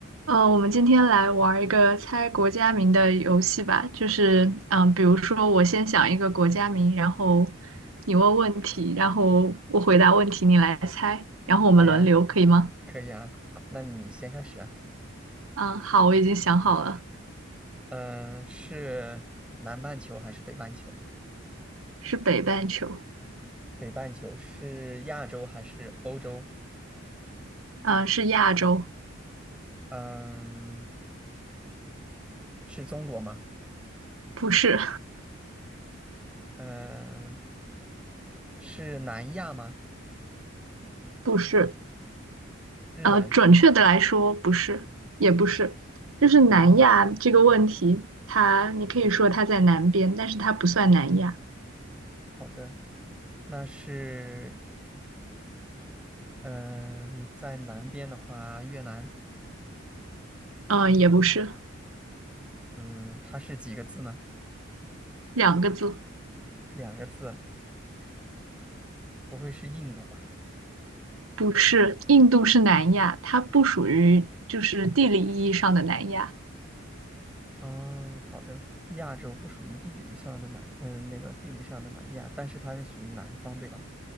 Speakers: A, on the right; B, in the centre.
A: 呃，我们今天来玩儿一个猜国家名的游戏吧，就是，嗯，比如说我先想一个国家名，然后你问问题，然后我回答问题，你来猜，然后我们轮流，
B: 好呀，
A: 可以吗？
B: 可以啊，那你先开始啊。
A: 嗯，好，我已经想好了，
B: 嗯，是南半球还是北半球？
A: 是北半球，
B: 北半球是亚洲还是欧洲？
A: 嗯，是亚洲，
B: 嗯，是中国吗？
A: 不是，
B: 嗯，是南亚吗？
A: <laughs> 不是，
B: 日本？
A: 呃，准确的来说不是，也不是，就是南亚这个问题，
B: 嗯，
A: 它你可以说它在南边，但是它不算南亚，
B: 好的，那是嗯，在南边的话，越南。
A: 嗯，也不是，
B: 嗯，它是几个字呢？
A: 两个字。
B: 两个字，不会是印度吧？
A: 不是，印度是南亚，它不属于就是地理意义上的南亚。
B: 哦，好的。亚洲不属于地理上的南，嗯，那个地理上的南亚，但是它是属于南方，对吧？